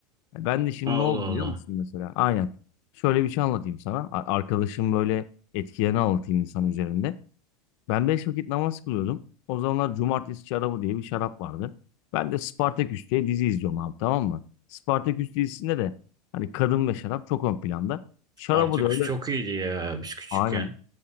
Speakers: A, on the left; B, on the right.
A: E ben de şimdi
B: Allah
A: ne oldu
B: Allah.
A: biliyor musun mesela? Aynen. Şöyle bir şey anlatayım sana. A- Arkadaşım böyle etkilerini anlatayım insan üzerinde. Ben beş vakit namaz kılıyordum. O zamanlar Cumartesi şarabı diye bir şarap vardı. Ben de Spartaküs diye dizi izliyorum abi tamam mı? Spartaküs dizisinde de hani kadın ve şarap çok ön planda. Şarabı
B: Spartaküs
A: da öyle
B: çok iyiydi ya biz küçükken.
A: aynen